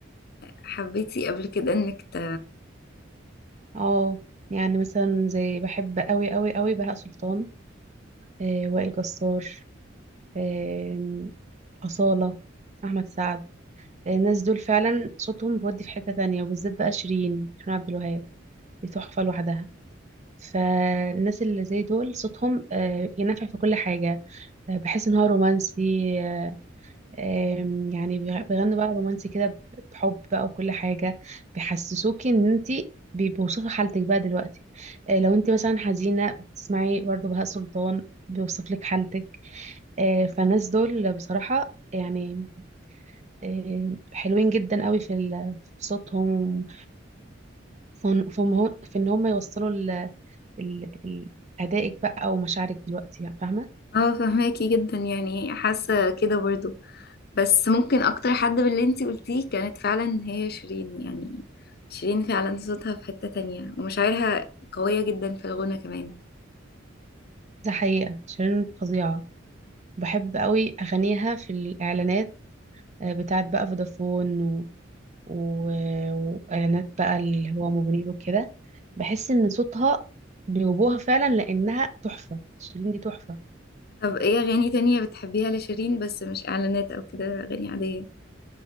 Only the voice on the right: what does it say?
اه يعني مثلا زي بحب قوي قوي قوي بهاء سلطان آه وائل جسار آه أصالة أحمد سعد آه، الناس دول فعلا صوتهم بيودي في حتة تانية وبالذات بقى شيرين شيرين عبد الوهاب دي تحفة لوحدها فالناس اللي زي دول صوتهم آه، ينفع في كل حاجة آه، بحس ان هو رومانسي آه، آم، يعني بيغ- بيغنوا بقى رومانسي كده ب- بحب بقى وكل حاجة بيحسسوكي ان انت بيوصفوا حالتك بقى دلوقتي آه، لو انت مثلا حزينة بتسمعي برضو بهاء سلطان بيوصف لك حالتك آه، فالناس دول بصراحة يعني آه، حلوين جدا قوي في ال- في صوتهم في ان في ان- هو- في إن هم يوصلوا ال ال ال- أدائك بقى ومشاعرك دلوقتي يعني فاهمة
ده حقيقة شيرين فظيعة بحب قوي أغانيها في الإعلانات آه، بتاعت بقى فودافون و... و... وإعلانات بقى اللي هو موبينيل وكده بحس إن صوتها جاوبوها فعلا لأنها تحفة شيرين دي تحفة